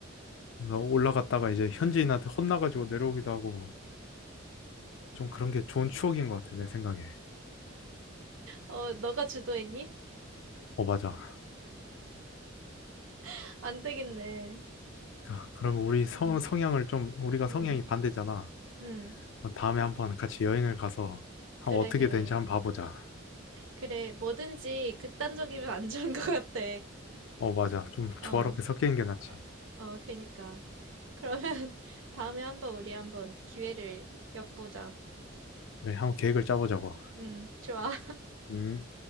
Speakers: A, on the left; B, on the right.
A: 그래서 올라갔다가 이제 현지인한테 혼나가지고 내려오기도 하고. 좀 그런 게 좋은 추억인 것 같아, 내 생각에.
B: 어, 너가 주도했니?
A: 어, 맞아.
B: <laughs> 안 되겠네.
A: 그러니까 그럼 우리 성,
B: 응,
A: 성향을 좀, 우리가 성향이
B: 응,
A: 반대잖아.
B: 응.
A: 어, 다음에 한번 같이 여행을 가서 한
B: 그래,
A: 어떻게
B: 그래.
A: 되는지 한번 봐보자.
B: 그래, 뭐든지 극단적이면 안 좋은 것 같아.
A: 어, 맞아. 좀
B: 어,
A: 조화롭게 섞이는 게 낫지.
B: 아, 어, 어, 그니까. 그러면 <laughs> 다음에 한번 우리 한번 기회를 엿보자.
A: 그래, 한번 계획을 짜보자고.
B: 음, 좋아.
A: 음.